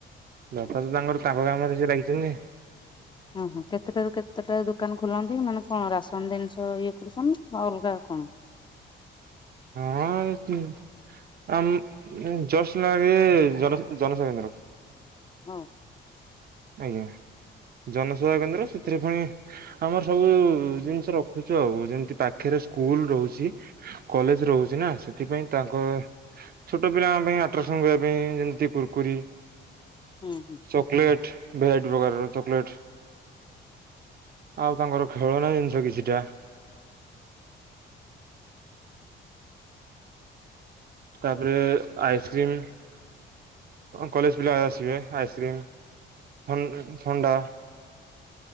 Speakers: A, on the right (about 50°); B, on the left (about 25°).
A: ବାପା ତ ତାଙ୍କର ତାପ କାମରେ ସିଏ ଲାଗିଛନ୍ତି।
B: ଓହୋ କେତେଟାରୁ କେତେଟା ଦୋକାନ ଖୋଲନ୍ତି ମାନେ କଣ ରାସନ ଜିନିଷ ଇଏ କରୁଚନ୍ତି ନା ଅଲଗା କଣ?
A: ହଁ ସିଏ ଆମ୍ ଜସ୍ନାବ ଇଏ ଜନସେବା କେନ୍ଦ୍ର।
B: ଅଂ
A: ଆଜ୍ଞା। ଜନସେବା କେନ୍ଦ୍ର ସେଥିରେ ଫୁଣି ଆମର ସବୁ ଜିନିଷ ରଖୁଚୁ ଆଉ ଯେମିତି ପାଖରେ ସ୍କୁଲ ରହୁଚି କଲେଜ ରହୁଚି ନା ସେଥିପାଇଁ ତାଙ୍କ ଛୋଟ ପିଲାଙ୍କ ପାଇଁ ଆ ପସନ୍ଦ କରିବା ପାଇଁ ଯେମିତି କୁରକୁରି
B: ହୁଁ ହୁଁ।
A: ଚକୋଲେଟ ଭେରାଇଟ୍ ପ୍ରକାରର ଚକଲେଟ ଆଉ ତାଙ୍କର ଖେଳନା ଜିନିଷ କିଛିଟା ତାପରେ ଆଇସ୍କ୍ରିମ କଲେଜ ପିଲା ଆସିବେ ଆଇସ୍କ୍ରିମ ଥ ଥଣ୍ଡା